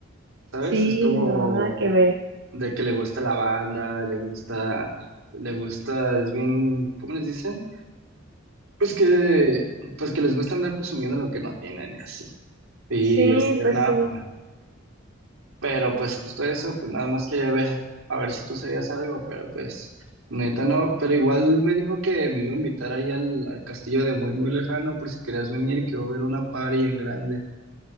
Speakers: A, on the right; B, on the right.
A: ¿sabes?
B: Sí,
A: Es como
B: no, nada que ver.
A: de que le gusta la banda, le gusta, le gusta, es bien, ¿cómo les dicen? Pues que, pues que les gusta andar presumiendo lo que no tienen y así. Y
B: Sí,
A: este,
B: pues
A: nada,
B: sí.
A: pues Pero pues justo eso, pues nada más quería ver, a ver si tú sabías algo, pero pues neta no, pero igual me dijo que me iba a invitar ahí al, al castillo de muy muy lejano por si querías venir, que iba a haber una party en grande.